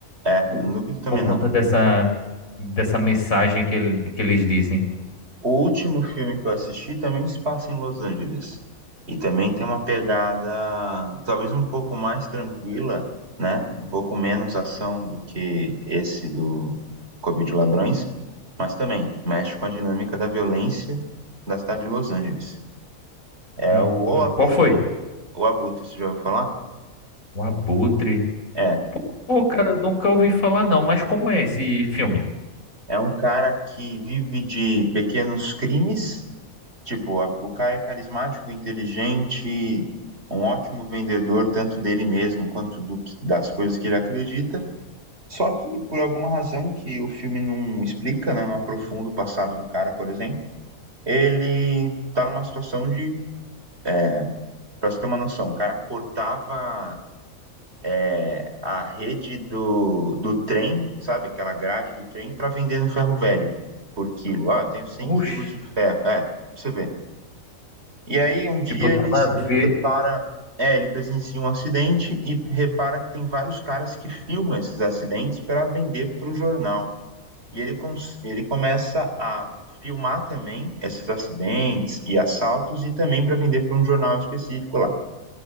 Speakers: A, on the right; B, on the left.
A: é,
B: por,
A: eu não duvido também
B: por conta
A: não.
B: dessa, dessa mensagem que, ele- que eles dizem.
A: O último filme que eu assisti também se passa em Los Angeles. E também tem uma pegada talvez um pouco mais tranquila, né? Um pouco menos ação do que esse do Covid Ladrões, mas também mexe com a dinâmica da violência da cidade de Los Angeles. É
B: Hum,
A: o O
B: hum.
A: Abutre.
B: Qual foi?
A: O Abutre, você já ouviu falar?
B: O Abutre.
A: É.
B: Pô, cara, eu nunca ouvi falar não, mas como é esse filme?
A: É um cara que vive de pequenos crimes Tipo, a- o Caio é carismático, inteligente, um ótimo vendedor, tanto dele mesmo quanto do que- das coisas que ele acredita. Só que, por alguma razão que o filme não explica, né, não aprofunda o passado do cara, por exemplo, ele tá numa situação de. É, pra você ter uma noção, o cara cortava. é, a rede do, do trem, sabe? Aquela grade do trem para vender no ferro velho por quilo. Ah, eu tenho 100 quilos
B: Oxe,
A: de ferro. É, pra você vê. E aí, um dia
B: tipo, tá
A: ele,
B: na... ve-
A: ele depara, é, ele presencia um acidente e repara que tem vários caras que filmam esses acidentes para vender para o jornal. E ele, cons- ele começa a filmar também esses acidentes e assaltos e também para vender para um jornal específico lá.